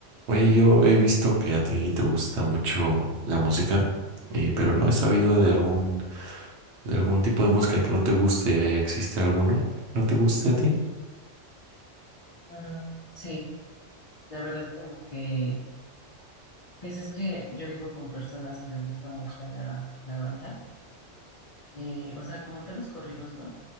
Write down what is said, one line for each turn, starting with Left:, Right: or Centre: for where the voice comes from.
Right: Oye, yo he visto que a ti te gusta mucho la música, eh, pero no he sabido de algún, de algún tipo de música que no te guste. ¿Existe alguno que no te guste a ti?
Left: Mm, sí, la verdad como que, pues es que yo vivo con personas que les gusta mucho la, la banda, eh, o sea, como tal los corridos, ¿no?